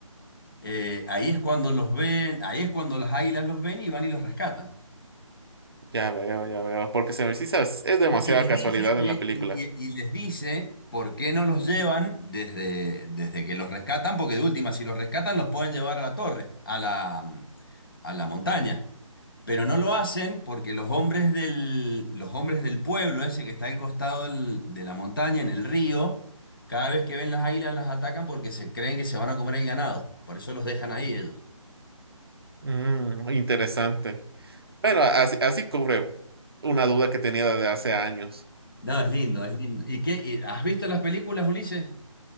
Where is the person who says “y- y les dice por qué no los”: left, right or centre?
Left